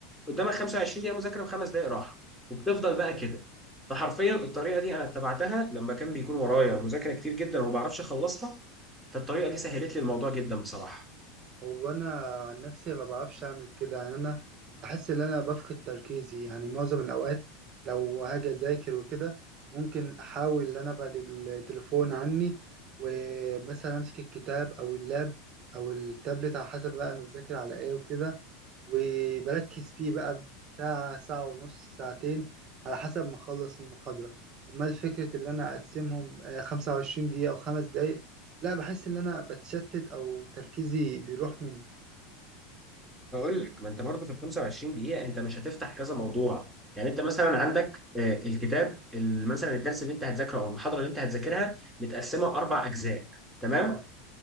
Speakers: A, in the centre; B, on the right (about 35°).
A: قدامك 25 دقيقه مذاكره وخمس دقائق راحه وبتفضل بقى كده فحرفيا الطريقه دي انا اتبعتها لما كان بيكون ورايا مذاكره كتير جدا وما بعرفش اخلصها فالطريقه دي سهلت لي الموضوع جدا بصراحه
B: هو انا عن نفسي ما بعرفش اعمل كده يعني انا بحس ان انا بفقد تركيزي يعني معظم الاوقات لو هاجي اذاكر وكده ممكن احاول ان انا ابعد التليفون عني ومثلا امسك الكتاب او اللاب او التابلت على حسب بقى انا بذاكر على ايه وكده وبركز فيه بقى ساعة ساعة ونص ساعتين على حسب ما اخلص المحاضرة امال فكرة ان انا اقسمهم آه، 25 دقيقة او خمس دقايق لا بحس ان انا بتشتت او تركيزي بيروح من
A: بقول لك ما انت برضه في ال 25 دقيقة انت مش هتفتح كذا موضوع يعني انت مثلا عندك آه، الكتاب ال- مثلا الدرس اللي انت هتذاكره او المحاضرة اللي انت هتذاكرها متقسمة اربع اجزاء تمام
B: اه